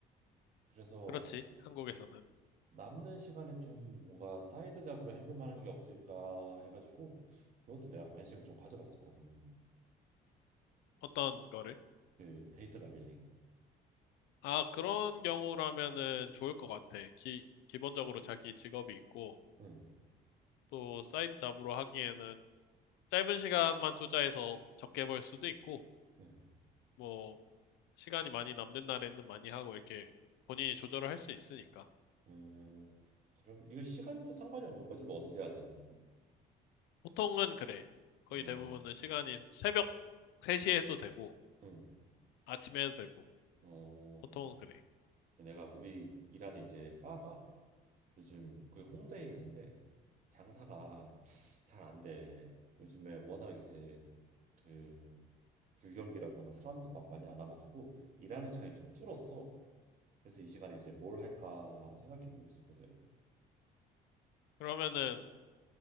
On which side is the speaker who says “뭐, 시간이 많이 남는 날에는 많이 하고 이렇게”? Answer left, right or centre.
Left